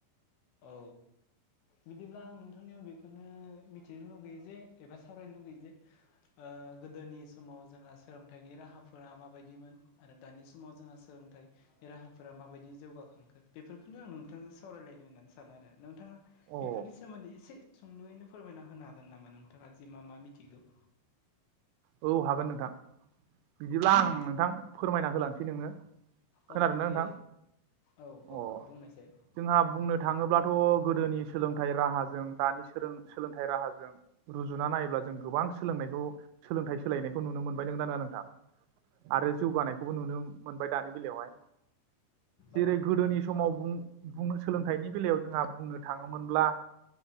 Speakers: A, on the left; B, on the right.
A: औ बिदिब्ला आं नोंथांनियाव बेखौनो मिथिनो लुगैयो जे एबा सावरायनो लुगैयो जे ओ गोदोनि समाव जोंहा सोलोंथाइनि राहाफोरा माबायदिमोन आरो दानि समाव जोंहा सोलोंथाइनि राहाफोरा माबायदि जौगाखांखो बेफोरखौनो आं नोंथांजों सावरायलायनो होननानै सानो आरो नोंथाङा
B: अ
A: बेफोरनि सोमोन्दै एसे सुंद'यैनो फोरमायना होनो हागोन नामा नोंथाङा जि मा मा मिथिगौ?
B: औ हागोन नोंथां। बिदिब्ला आं नोंथां फोरमायना होलांसै नोनो खोनादोंना
A: औ दे
B: नोंथां
A: औ औ
B: अ
A: बुंनायसाय
B: जोंहा बुंनो थाङोब्लाथ' गोदोनि सोलों सोलोंथाइ राहाजों दानि सोलों-सोलोंथाइ राहाजों रुजुना नायोब्ला जों गोबां सोलोंनायखौ सोलोंथाइ सोलायनायखौ नुनो मोनबाय नोंगोना नोङा नोंथां आरो जौगानायखौबो नुनो मोनबाय दानि बेलायावहाय जेरै
A: औ
B: गोदोनि समावनो बुं-बुंनो-सोलोंथाइनि बेलायाव जोंहा बुंनो थाङोमोनब्ला